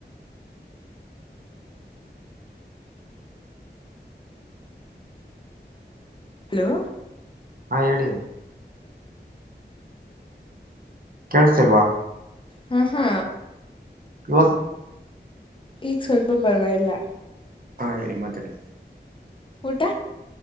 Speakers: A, on the left (about 30°); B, on the right (about 50°).
A: ಹಲೋ
B: ಹಾ ಹೇಳಿ ಕೇಳಸ್ತಿಲ್ವ
A: ಹಾ ಹಾ
B: ಇವಾಗ
A: ಈಗ ಸ್ವಲ್ಪ ಪರ್ವಾಗಿಲ್ಲ
B: ಹಾ ಹೇಳಿ ಮಾತಾಡಿ
A: ಊಟ